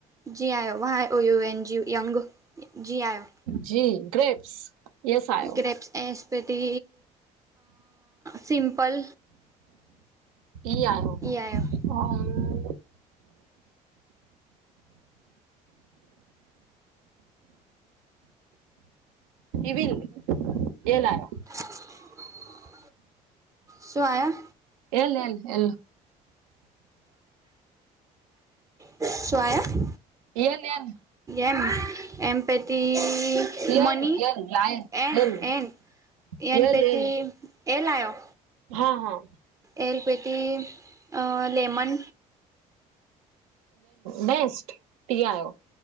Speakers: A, on the right (about 20°); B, on the right (about 85°).
A: જ આવયું એન જ યંગ. જી આવ્યો.
B: G grapes. યસ આયો
A: ગ્રેપ્સ એસપતિ, સિમપલ.
B: એ આવ.
A: એ આવ.
B: હા. વલ એલા.
A: <inaudible> શું આયા?
B: એલ એ એલ.
A: સ <unintelligible>
B: એન ન.
A: એમ એમ પેટી
B: L
A: money,
B: L lion
A: M
B: L
A: M.
B: L
A: N પેતી
B: L
A: એલા આવો.
B: હા હા.
A: એલપેટી લેમન.
B: બેસ્ટ તી આવયો.